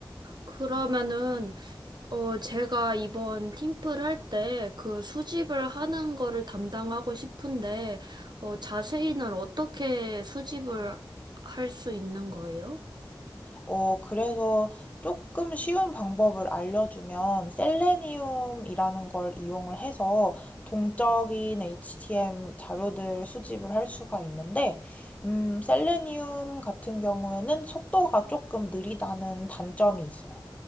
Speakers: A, on the right (about 60°); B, on the left (about 20°).
A: 그러면은 어, 제가 이번 팀플 할 때 그 수집을 하는 거를 담당하고 싶은데, 어, 자세히는 어떻게 수집을 할 수 있는 거예요?
B: 어, 그래서 조금 쉬운 방법을 알려주면 셀레니움이라는 걸 이용을 해서 동적인 HTM 자료들 수집을 할 수가 있는데, 음, 셀레니움 같은 경우에는 속도가 조금 느리다는 단점이 있어요.